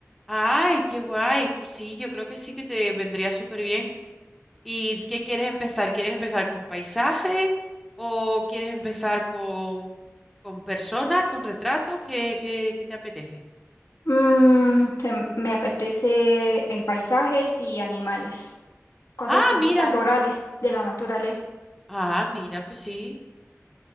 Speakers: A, in the centre; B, on the left.
A: ay, qué guay. Pues sí, yo creo que sí que te vendría súper bien. ¿Y qué quieres empezar? ¿Quieres empezar con paisaje o quieres empezar con, con personas, con retratos? ¿Qué, qué- qué te apetece?
B: Mm, se- me apetece eh, paisajes y animales,
A: Sí.
B: cosas
A: Ah,
B: na-
A: mira.
B: naturales, de la naturaleza.
A: Ah, mira, pues sí,